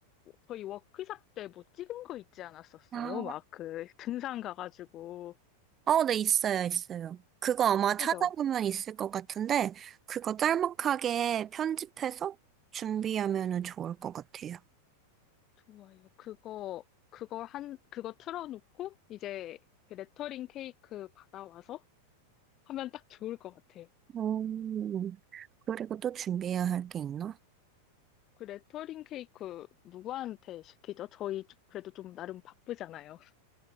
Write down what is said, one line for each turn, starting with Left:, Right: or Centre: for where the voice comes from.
Left: 저희 워크샵 때 뭐 찍은 거 있지 않았었어요?
Right: 아,
Left: 막 그 등산 가가지고
Right: 어, 네, 있어요, 있어요. 그거 아마 찾아보면
Left: 그죠?
Right: 있을 것 같은데, 그거 짤막하게 편집해서 준비하면은 좋을 것 같아요.
Left: 좋아요. 그거 그거 한 그거 틀어놓고 이제 그 레터링 케이크 받아와서 하면 딱 좋을 것 같아요.
Right: 음, 그리고 또 준비해야 할 게 있나?
Left: 그 레터링 케이크 누구한테 시키죠? 저희 그래도 좀 나름 바쁘잖아요. <laughs>